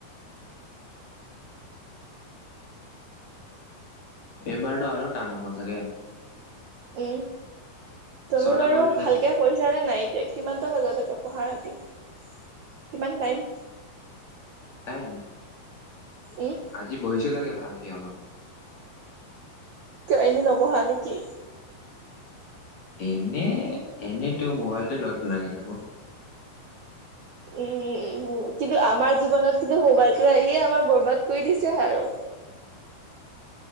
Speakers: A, on the left; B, on the right.
A: এইবাৰতো আৰু টান হব চাগে।
B: উম তুমি
A: ছটা
B: বাৰু
A: কৰি দিলে
B: ভালকে পঢ়িছা নে নাই এতিয়া কিমান বজালৈকে পঢ়া ৰাতি কিমান টাইম
A: টাইম।
B: উম
A: আজি বহিছো থাকে ভালক অলপ।
B: এনে নবহা নেকি।
A: এনে এনেতো মোবাইলটো ল লাগি থাকো।
B: উম উমম কিন্তু আমাৰ জীৱনত কিন্তু মোবাইলটো আহিয়ে আমাৰ বৰবাদ কৰি দিছে আৰু।